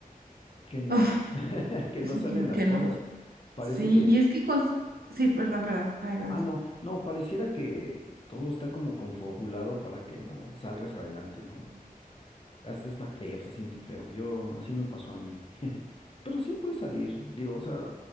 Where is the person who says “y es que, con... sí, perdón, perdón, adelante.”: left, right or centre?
Right